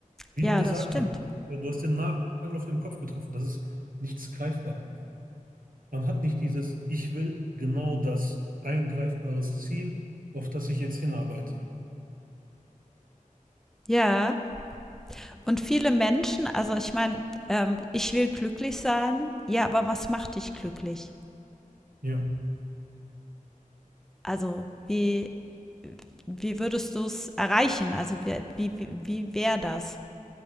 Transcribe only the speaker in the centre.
ja,
das stimmt.
Ja, und viele Menschen, also ich meine, ähm, ich will glücklich sein, ja, aber was macht dich glücklich?
Also wie, wie würdest du es erreichen? Also wie, wie, wie wäre das?